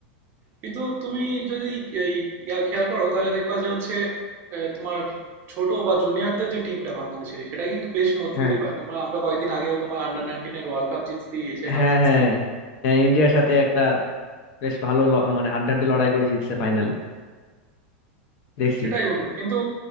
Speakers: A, on the right (about 35°); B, on the left (about 50°).
A: কিন্তু তুমি যদি এই ইয়া খেয়াল করো তাহলে দেখবা যে হচ্ছে আহ, তোমার ছোট বা জুনিয়রদের যে টিমটা বাংলাদেশের সেটা কিন্তু বেশ মজবুতই
B: হ্যাঁ
A: হয় তোমরা আমরা কয়েকদিন আগেও তোমার আন্ডার নাইনটিনের ওয়ার্ল্ড কাপ জিতছি এশিয়া কাপ
B: হ্যাঁ
A: জিতছি
B: হ্যাঁ হ্যাঁ ইন্ডিয়ার সাথে একটা বেশ ভালো ল- মানে হাড্ডাহাড্ডি লড়াই করে জিতছে ফাইনালে দেখছি
A: সেটাই বন্ধু কিন্তু